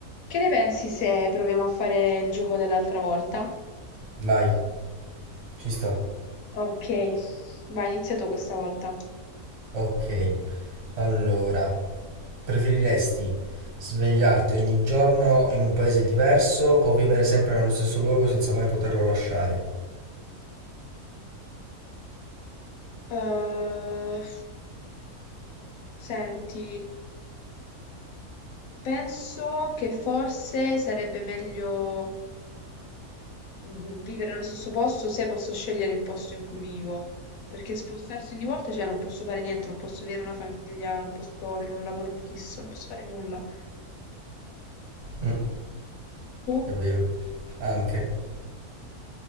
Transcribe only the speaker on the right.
Vai, ci sto.
Ok, allora, preferiresti svegliarti ogni giorno in un paese diverso o vivere sempre nello stesso luogo senza mai poterlo lasciare?
Mm,
è vero, anche.